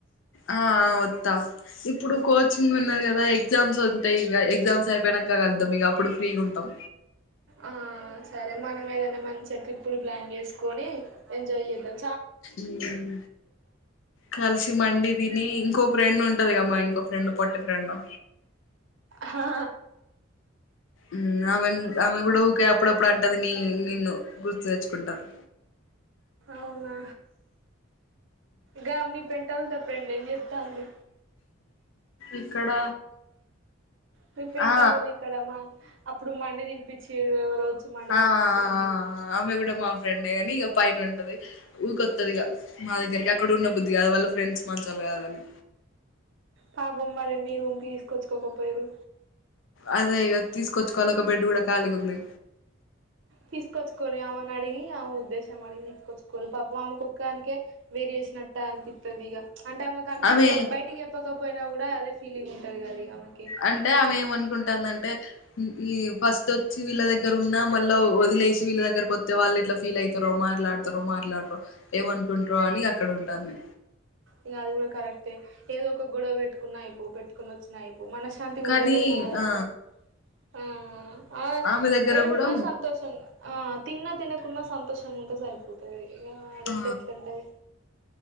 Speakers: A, on the left; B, on the right.
A: ఆ ఓత్తా ఇప్పుడు కోచింగ్ ఉన్నాది గదా ఎగ్జామ్స్ ఉంటాయి ఇంకా ఎగ్జామ్స్ అయిపో యినంక గళ్లుదాం ఇగ అప్పుడు ఫ్రీ గుంటాం
B: ఆ సరే మనం ఏదైనా మంచి ట్రిప్పులు ప్లాన్ జేస్కొని ఎంజాయ్ జేద్దాం
A: ఉమ్ కలిసి మండి తిని ఇంకో ఫ్రెండ్ ఉంటదిగ మా ఇంకో ఫ్రెండు పొట్టి ఫ్రెండు
B: హా
A: ఉమ్ ఆమె ఆమె గూడా ఊకే అప్పుడప్పుడు అంటది నీ నిన్ను గుర్తు తెచ్చుకుంటది
B: అవునా గా మీ పెంట్ హౌస్ లో ఫ్రెండ్ ఎం జేతాంది
A: ఇక్కడ
B: మీ పెంట్
A: ఆ
B: హౌస్ ల ఇక్కడ మ అప్పుడు మండి తినిపించిరు ఎవరో వచ్చి మండి
A: ఆఆ
B: తినిపించిరు
A: ఆ
B: అని చెప్పిరు
A: ఆ ఆమె గూడా మా ఫ్రెండే గాని ఇక పైనుంటది ఊకొత్తది ఇగ మా దగ్గరికి అక్కడ ఉన్న బుద్ధి గాదు వాళ్ళ ఫ్రెండ్స్ మంచోలు గదని
B: పాపం మరి మీ రూమ్ కి తీసుకొచ్చుకోకపోయరు
A: అదే ఇగ తీస్కచ్చుకోవాల ఒక బెడ్ గూడా కాలిగుంది
B: తీసుకొచ్చుకోరి అమని అడిగి ఆ ఉద్దేశం అడిగి తీసుకొచ్చుకోరు పాపం ఆమెకు ఒక్కాధన్కే వేరు చేసినట్టే అనిపితదిగా అంటే ఆమెకు అనిపించిన
A: ఆమె
B: బయటికి చెప్పకపోయినా గూడా అదే ఫీలింగ్ ఉంటది గద ఇగ ఆమెకి
A: అంటే ఆమె ఏమనుకుంటాందంటే ఈ ఫస్ట్ వచ్చి వీళ్ళ దగ్గర ఉన్నా మళ్ళ వదిలేసి విళ్ళ దగ్గరికొతే వాళ్ళు ఎట్లా ఫీల్ అవుతారో మాట్లాతారో మాట్లాడతారో ఏమనుకుంటారో అని అక్కడ ఉంటాంది
B: ఇగ అది గూడా కరెక్టే ఏదో ఒక గొడవ పెట్టుకున్నా అయిపోవు పెట్టుకుని వచ్చినయిపో మనశాంతిగ
A: కానీ
B: ఉండలేంది గదా
A: ఆ
B: అక్కడ ఆ ఆ
A: ఆమె దగ్గర
B: ఏడున్నా
A: కూడా
B: సంతోషం ఆ తిన్నా తినకున్నా సంతోషంగా ఉంటే సరిపోతది ఇగ ఆడుంటే
A: ఆ
B: ఎట్లుంటది